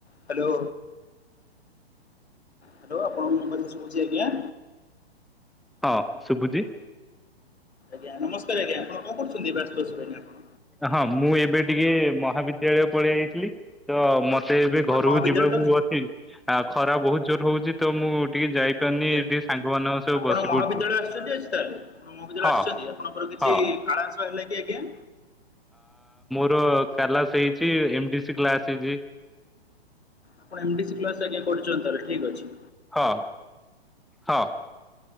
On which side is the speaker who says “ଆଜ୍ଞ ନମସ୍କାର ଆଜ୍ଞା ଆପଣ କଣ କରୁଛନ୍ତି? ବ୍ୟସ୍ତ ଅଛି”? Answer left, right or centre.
Left